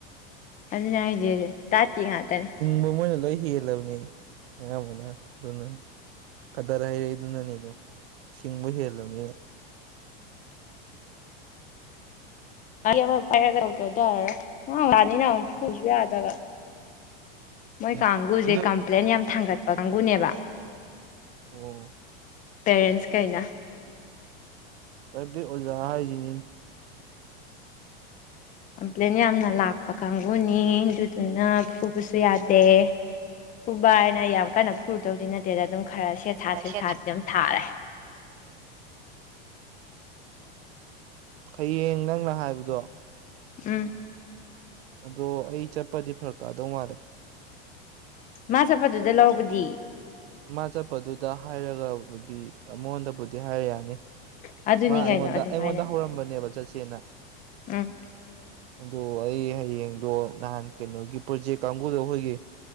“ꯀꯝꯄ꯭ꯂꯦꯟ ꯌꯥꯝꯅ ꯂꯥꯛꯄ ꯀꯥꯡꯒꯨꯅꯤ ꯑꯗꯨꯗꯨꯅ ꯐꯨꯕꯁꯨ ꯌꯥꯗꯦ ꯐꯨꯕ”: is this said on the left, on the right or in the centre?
Left